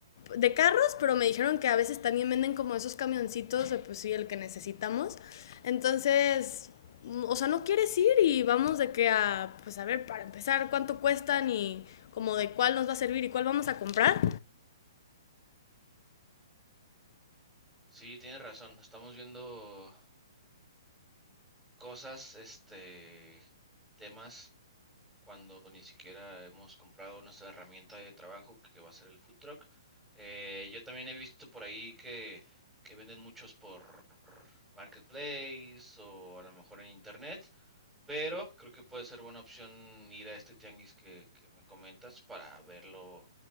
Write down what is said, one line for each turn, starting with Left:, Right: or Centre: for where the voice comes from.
Left: de carros, pero me dijeron que a veces también venden como esos camioncitos de pues sí, el que necesitamos. Entonces, o sea, no quieres ir y vamos de que a, pues a ver, para empezar, cuánto cuestan y como de cuál nos va a servir y cuál vamos a comprar.
Centre: Sí, tienes razón, estamos viendo cosas, este, temas cuando ni siquiera hemos comprado nuestra herramienta de trabajo que va a ser el food truck. Eh, yo también he visto por ahí que, que venden muchos por marketplace o a lo mejor en internet, pero creo que puede ser buena opción ir a este tianguis que, que me comentas para verlo,